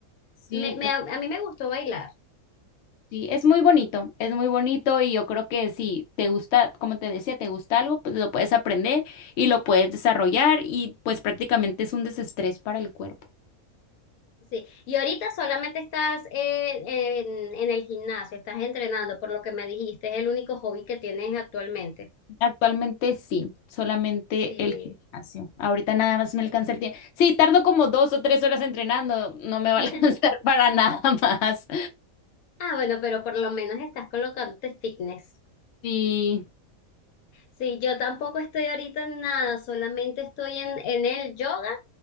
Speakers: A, on the left; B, on the left.
A: Sí,
B: Me- me- a mí me gustó bailar,
A: Sí, es muy bonito, es muy bonito y yo creo que si te gusta, como te decía, te gusta algo, pues lo puedes aprender y lo puedes desarrollar y pues prácticamente es un desestrés para el cuerpo.
B: sí. Y ahorita solamente estás eh, en, en el gimnasio, estás entrenando, por lo que me dijiste, es el único hobby que tienes actualmente.
A: Actualmente sí, solamente
B: Sí.
A: el gimnasio. Ahorita nada más me alcanza el tiempo. Sí, tardo como dos o tres horas entrenando, no
B: <laughs>
A: me va a <laughs> alcanzar para nada más.
B: Ah, bueno, pero por lo menos estás colocándote fitness.
A: Sí.
B: Sí, yo tampoco estoy ahorita en nada, solamente estoy en, en el yoga